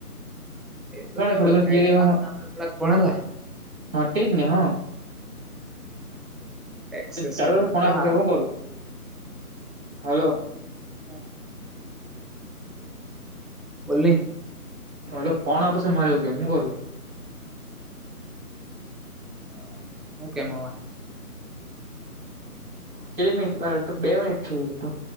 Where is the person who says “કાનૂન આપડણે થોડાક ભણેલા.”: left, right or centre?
Centre